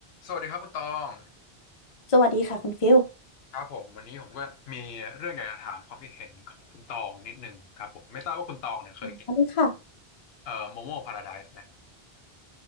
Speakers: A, on the left; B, on the left.
A: สวัสดีครับคุณตอง
B: สวัสดีค่ะคุณฟิล
A: ครับผมวันนี้ผมก็มีเรื่องอยากจะถามความคิดเห็นของคุณตองนิดนึงครับผมไม่ทราบว่าคุณตองเนี่ยเคยกิน
B: สวัสดีค่ะ
A: เอ่อโมโม่พาราไดซ์ไหม